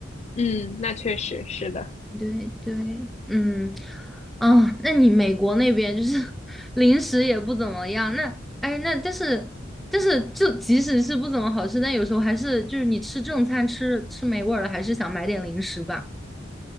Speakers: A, on the left; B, in the centre.
A: 嗯，那确实是的。
B: 对对，嗯，啊，那你美国那边就是 <laughs> 零食也不怎么样，那哎，那但是但是就即使是不怎么好吃，但有时候还是就是你吃正餐吃吃没味儿了，还是想买点零食吧。